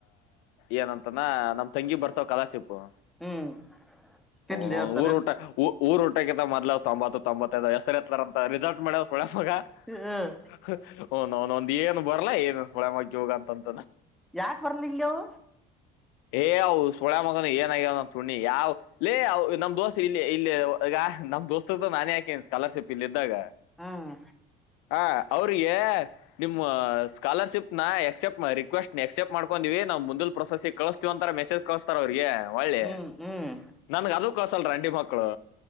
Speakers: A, on the left (about 85°); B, in the centre.
A: ಏನಂತಾನ ನಮ್ ತಂಗಿ ಬರ್ತಾವ ಕಲಾಶಿಪ್ ಹ
B: ಹ್ಮ್ ತಿನ್ಲಿ
A: ನ
B: ಅಂತಾನೆ
A: ಊರ ಊಟ ಊರ ೋಟ ಮದಲೇ್ ತೊಂಬತ್ತು ತೊಂಬತ್ತೈದು ಎಷ್ಟರ್ತ್ತಾರ ಅಂತ ರಿಸಲ್ಟ್ ಮಾಡ್ ಹ
B: ಹ್ಮ್
A: ನನೊಂದ ಏನು ಬರ್ಲಾ ಏನು ಸುಳೆ ಮಗ ಹೋಗ ಅಂತಂತ
B: ಯಾಕ ಬರ್ಲಿ ಹಿಂಗವು
A: ಏ ಅವು ಸುಳ್ಯ ಮಗನು ಏನಗಾವ ನಮ್ ಸು್ಣಿ ಯಾವ್ಲ್ಲೇ ನಮ್ ದೋಸ್ತ್ ಇಲ್ಲಿ ಇಲ್ಲಿ ನಮ್ೋಸ್ತದ ನಾನ ಹಾಕಿ ಸ್ಾಲರ್ಿ ಇ ಇದ್ದಾಗ
B: ಹ್ಮ್
A: ಹ ಅವ್ರಿಗೆ ನಿಮ್ಮ್ ಸ್ಕಾಲರ್ಶಿಪ್ ನ ಎಕ್ಸೆಪ್ಟ ರಿಕ್ವೆಸ್ಟ್ ಎಕ್ಸೆಪ್ಟ್ ಮಾಡ್ಕೊಂಡಿವವಿ ನಾವು ಮುಂದ ಪ್ರೊಸೆಸ್ಿಗೆ ಕಳಸ್ತೀವಂತ ಮಸೇ್ ಕಳಸ್ತಾರ ಅವ್ರಿಗೆ ಒಳ್ಳೆ
B: ಹ್ಮ್ ಹ್ಮ್
A: ನನ್ಗ ಅದು ಕಳ್ಸಲ್ರ ಹೆಂಡಿ ಮಕ್ಕಳು